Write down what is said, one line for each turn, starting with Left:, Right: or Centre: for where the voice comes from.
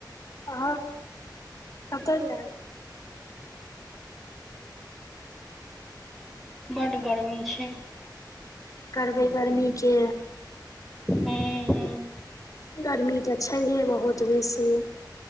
Left: ह कतऽ जैब
Centre: बड गर्मी छै
Left: करबै गर्मी के
Centre: हूँ
Left: गर्मी तऽ छैहे बहुत बेसी